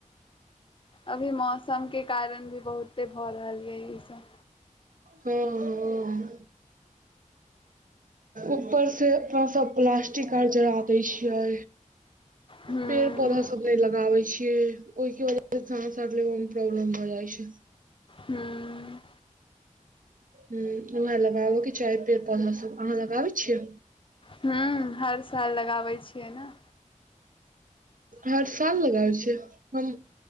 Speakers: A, on the left; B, on the right.
A: अभी मौसमके कारण भी बहुते भऽ, रहल यऽ ई सब
B: हँ-हँ ऊपर से अपना सब प्लास्टिक आर जरा दै छियै।
A: ह्म
B: पेड़ पोधा सब अब नै लगाबे छियै ओइके वजह सँ अहाँ सब लेब मे प्रॉब्लम हो जाइ छै।
A: ह्म
B: ह उएह लगाबक के चाही पेड़ पौधा सब अहाँ लगाबै छियै।
A: हू हर साल लगाबै छियै न
B: हर साल लगाबै छीए हम